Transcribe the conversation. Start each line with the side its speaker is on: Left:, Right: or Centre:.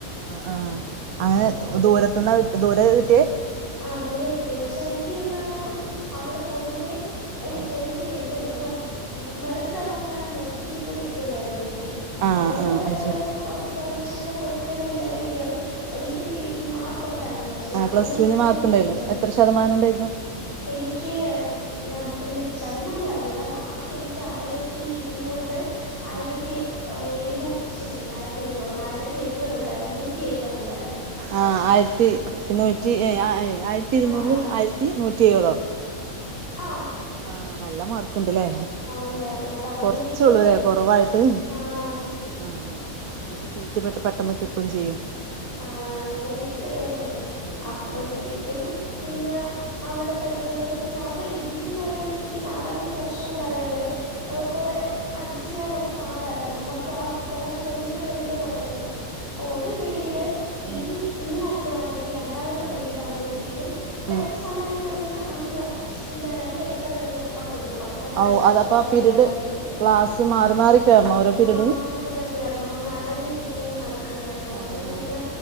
Right: ആഹ് ആഹ് അത് ദൂരത്തുന്ന ദൂര കിട്ടിയ
Left: ആ ദൂരെ കിട്ടിയെ പക്ഷെ എനിക്ക് എന്ന് പറയുമ്പം അവിടെ പൊതുവേ എനി
Right: ആഹ്
Left: എനിക്ക് അതെ എന്താ, മെറിറ്റ് ഉള്ളത് കൊണ്ടാണ് മെറിറ്റ് ലിസ്റ്റിൽ കിട്ടിയതായിരുന്നു എനിക്ക്
Right: ആഹ്
Left: പൊതുവെ
Right: ആഹ്
Left: ഇവിടെ
Right: അത്
Left: കേറുമ്പോ
Right: ശരി
Left: കുറച്ച് ഡൊണേഷൻ ഒക്കെ കൊടുത്തു തന്നെ എല്ലാരും കേറും എനിക്ക് സീ ഉം മാർക്കൊണ്ടായിരുന്നു പ്ലസ് ടുവിന്
Right: ആ
Left: അപ്പം
Right: പ്ലസ്സ്ടുവിന്
Left: മെറിറ്റില്
Right: മാർക്ക്ണ്ടായിരുന്നു
Left: കിട്ടിയതായിരുന്നു
Right: എത്ര ശതമാനം ഉണ്ടായിരുന്നു
Left: എനിക്ക് ഞാൻ എനിക്ക് ശതമാനം അറിഞ്ഞൂടാ മാർക്ക് എനിക്ക് ആയിരത്തി ഇരുന്നൂറില്. ആയിരത്തി
Right: ഉം
Left: എഴുന്നൂ ഷെ ആയിരത്തി എഴുന്നൂറെന്ന് ആയിരത്തി എഴുപത് ഉണ്ടായിരുന്നു. നൂറ്റി എഴുപതുണ്ടായിരുന്നു
Right: ആഹ് ആയിരത്തി ഇരുന്നൂറ്റി, ഏ ആയിരത്തി ഇരുന്നൂറില്
Left: ആ ആ
Right: ആയിരത്തി നൂറ്റി എഴുപതോ
Left: ആഹ്
Right: ആഹ് നല്ല മാർക്ക് ഉണ്ടല്ലേ,
Left: ഉണ്ടായിരുന്നു അപ്പം അങ്ങനെ
Right: കൊറച്ചള്ളൂല്ലേ
Left: കിട്ടിയതായിരുന്നു
Right: കുറവായിട്ട്
Left: ആ
Right: ആഹ് അപ്പൊ പിന്നെ സീറ്റ് പെട്ട് പെട്ടെന്ന് കിട്ടും ചെയ്യും
Left: ആ, അങ്ങനെ കിട്ടിയതായിർന്ന്
Right: ആഹ്
Left: അപ്പഴത്തേക്കും
Right: ആഹ്
Left: പിന്നെ
Right: ഉം
Left: അവിടെ പഠിച്ചുകൊണ്ടിരന്നപ്പോ പിന്നെ അവിടെ ഡിഗ്രിക്ക്ന്ന് പറയുമ്പോഴത്തേക്കും നാലാമത്തെ വർഷം കൂടെ ആയോണ്ടേ അത്
Right: ആഹ്
Left: കുറേ അഡ്ജസ്റ്റ് ചെയ്യാൻ കുറച്ച് പാടായിരുന്നു നമുക്ക് ആ കോളേജ് ഭയങ്കര വലിയ കോളേജാണ് അപ്പൊ ഒരു പേ പിരീഡ് ഇ
Right: ഉം
Left: ഇങ്ങേ അറ്റവാണെങ്കിൽ രണ്ടാമത്തെ പീരീഡ്
Right: ആഹ്
Left: ആവുമ്പോഴത്തേക്കും കുറച്ച്
Right: ഉം
Left: സമയത്തുള്ളിൽ അങ്ങ് എന്താ രണ്ട് ഏക്കർ കഴിഞ്ഞ് അപ്പുറത്ത് പോകണം അടു തദ്
Right: ഔ അതപ്പ
Left: ക്ലാസ്സ്‌
Right: ആ പിരീഡ്
Left: കേറാൻ വേണ്ടിട്ട്
Right: ക്ലാസ് മാറി മാറി കേറണോ ഓരോ പിരീഡിന്
Left: ആ മാറി മാറി കയറണം, അങ്ങ് അലഞ്ഞ് തിരിഞ്ഞ്ങ്ങ് നടക്കണമായിരുന്നു അങ്ങനെ
Right: ഓഹ്
Left: പിന്നെ